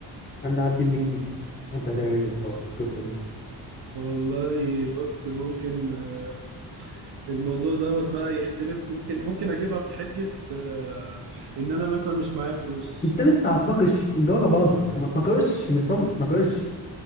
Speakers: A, on the left (about 20°); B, on the right (about 65°).
A: عند عبد المجيد انت هتعمل ايه في الحوار- في القصه دي
B: والله بص ممكن آه، الموضوع دوت بقى يختلف ممكن ممكن اجيبها في حجة آه، ان انا مثلا مش معايا فلوس
A: انت لسه هتناقش الجوازه باظت ما تناقش النساء ما تتناقش